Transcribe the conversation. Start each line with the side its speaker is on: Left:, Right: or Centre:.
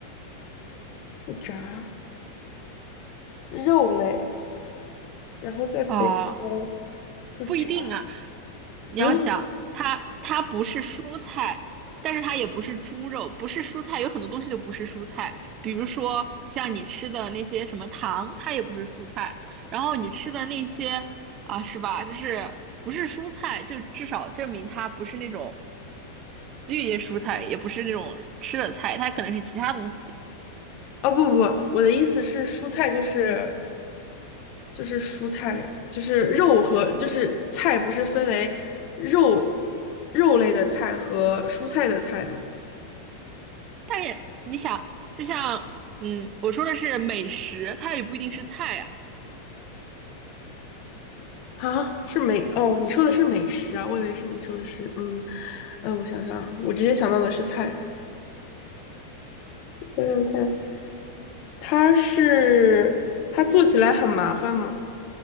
Left: 不炸，肉类，然后在北方
Right: 啊、
Left: 不炸。
Right: 不一定啊。你要想，
Left: 嗯，
Right: 它它不是蔬菜，但是它也不是猪肉，不是蔬菜，有很多东西都不是蔬菜，比如说像你吃的那些什么糖，它也不是蔬菜。然后你吃的那些啊，是吧？就是不是蔬菜，就至少证明它不是那种。绿叶蔬菜，也不是那种吃的菜，它可能是其他东西。
Left: 哦不不不，我的意思是蔬菜就是就是蔬菜，就是肉和就是菜不是分为肉肉类的菜和蔬菜的菜吗？
Right: 但是你想，就像嗯，我说的是美食，它也不一定是菜呀、
Left: 啊，是美，哦，你说的是美食啊，我以为是你说的是，嗯，呃，我想想啊，我直接想到的是菜，想想看，它是它做起来很麻烦吗？